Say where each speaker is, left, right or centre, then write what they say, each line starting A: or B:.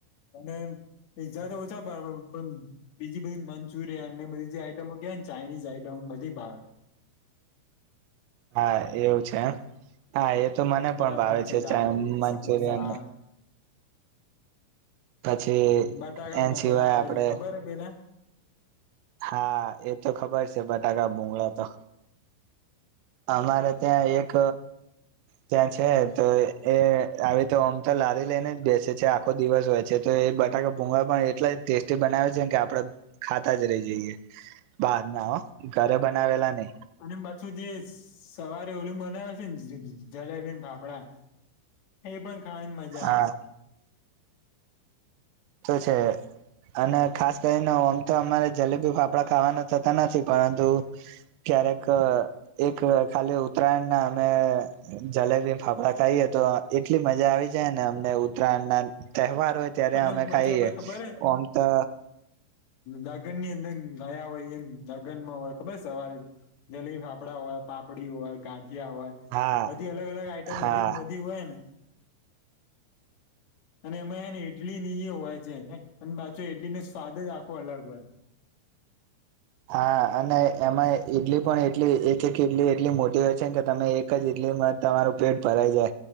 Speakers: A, on the left; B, on the right.
A: અને પીઝા તો ઓછા પણ બીજી બધી મંચુરિયન બધી જે આઈટમો કેવાયને. ચાઇનીઝ આઈટમ બધી ભાવે.
B: હા એવું છે. હા એ તો મને
A: અને
B: પણ
A: વડાપાઉં
B: ભાવે છે
A: દાબેલી
B: મંચુરિયન.
A: સમોસા
B: પછી
A: બટાકા
B: એ
A: ભુંગળા
B: સિવાય
A: આવે
B: આપડે
A: છે ને ખબર હે પેલા.
B: હા એ તો ખબર છે બટાકા ભુંગળા તો.
A: <inaudible>
B: અમારે ત્યાં એક ત્યાં છે તો એ આવી રીતે <unintelligible> લઈને જ બેસે છે આખો દિવસ હોય છે તો એ બટાકા ભૂંગળા પણ એટલા ટેસ્ટી બનાવે છે કે આપડે. ખાતા જ રહી જઈએ બાર ના હો ઘરે બનાવેલા નહી.
A: અને પાછું જે સવારે ઓલુ બનાવે છે ને જલાબીને ફાફડા. એ પણ ખાવાની મજા
B: હા
A: આવે.
B: તો છે. અને ખાસ કરીને આમ તો અમારે જલેબી ફાફડા ખાવાના થતા નથી પરંતુ. ક્યારેક એક ખાલી ઉત્તરાયણ ના અમે જલેબી ફાફડા. થઈ તો એટલી મજા આવી જાય ને અમને ઉત્તરાયણ ના તહેવાર હોય ત્યારે
A: અને
B: અમે.
A: પછી
B: ખાઈએ
A: આપડે ખબર હ.
B: ઓમ તો
A: લગ્ન ની અંદર ગયા હોય એમ લગ્નમાં હોય ખબર સવારે. જલીલી ફાફડા હોય પાપડી હોય ગાં. જ્યા હોય
B: હા
A: બધી અલગ અલગ આઈટમ
B: હા
A: એટલી બધી હોય ને. અને એમાં એને. ઇડલી ની એ હોય છે અને પાછો ઇડલી નો સ્વાદ જ આખો અલગ હોય
B: હા અને. એમાં ઈડલી પણ એટલી એક એક ઇડલી એટલી મોટી હોય છે કે તમે એક જ ઈડલીમાં તમારું પેટ ભર. જાય